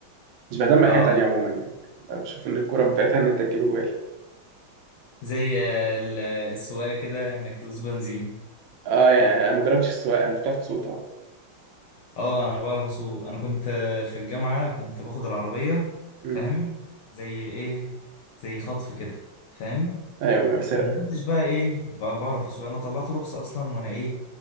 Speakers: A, on the right; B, on the left.
A: مش بهتم بحاجه
B: اه
A: تانية عموما يعني بشوف ان الكوره متعتها ان انت تجيب اجوال
B: زي ال- السواقة كده انك تدوس بنزين
A: اه يعني انا ما جربتش السواقه انت بتعرف تسوق طبعا
B: اه انا بعرف اسوق انا كنت في الجامعة كنت باخد العربية
A: امم
B: فاهم زي ايه زي خطف كده فاهم
A: ايوه سرقه
B: وما كنتش بقى ايه بقى بعرف اسوق انا طلعت رخصة اصلا وانا ايه